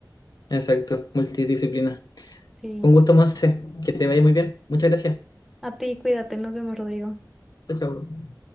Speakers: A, on the left; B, in the centre.
A: Exacto, multidisciplina.
B: Sí,
A: Un gusto, Monse. Que te vaya muy bien. Muchas gracias.
B: a ti, cuídate, nos vemos, Rodrigo.
A: Chao, chao.